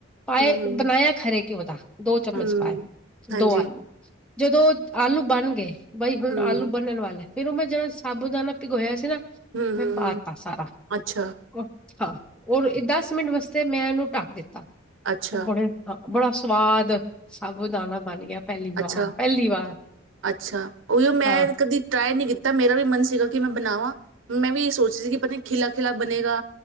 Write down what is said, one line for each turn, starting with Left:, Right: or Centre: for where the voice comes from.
Centre: ਪਾਏ
Right: ਹੂੰ, ਹੂੰ,
Centre: ਬਣਾਇਆ ਖਰੇ ਕਿ ਉਹਂਦਾ <unintelligible> ਦੋ ਚਮਚ
Right: ਹੂੰ,
Centre: ਪਾਏ
Right: ਹਾਂਜੀ,
Centre: ਦੋ ਆਈ ਜਦੋਂ ਆਲੂ ਬਣ ਗਏ ਬਾਈ ਹੁਣ
Right: ਹੂੰ,
Centre: ਆਲੂ ਬਣਣ ਵਾਲੇ ਫੇਰ ਉਹ ਮੈਂ ਜਿਹੜਾ ਸਾਬੂਦਾਨਣਾ ਭਿਗੋਇਆ ਸੀ ਨਾ
Right: ਹਮ
Centre: ਮੈਂ
Right: ਹਮ
Centre: ਪਾਤਾ
Right: ਹਮ
Centre: ਸਾਰਾ
Right: ਅੱਛਾ
Centre: ਔਰ ਹਾਂ ਓਰ ਦਸ ਮਿੰਟ ਵਾਸਤੇ ਮੈਂ ਇਹਨੂੰ ਢੱਕ ਦਿੱਤਾ
Right: ਅੱਛਾ,
Centre: ਉਹ ਬੜ <unintelligible> ਬੜਾ ਸਵਾਦ ਅਭੂ ਦਾਣਾ ਬਣ ਗਿਆ ਪਹਿਲੀ ਵਾਰ
Right: ਅੱਛਾ
Centre: ਪਹਿਲੀ ਵਾਰ
Right: ਅੱਛਾ ਉਹੀਓ ਮੈਂ
Centre: ਹਾਂ।
Right: ਕਦੀ ਟਰਾਈ ਨਹੀਂ ਕੀਤਾ ਮੇਰਾ ਵੀ ਮਨ ਸੀਗਾ ਕਿ ਮੈਂ ਬਣਾਵਾਂ ਮੈਂ ਵੀ ਇਹ ਸੋਚਦੀ ਸੀ ਕਿ ਪਤਾ ਨ ਖਿਲਾ ਖਿਲਾ ਬਣੇਗਾ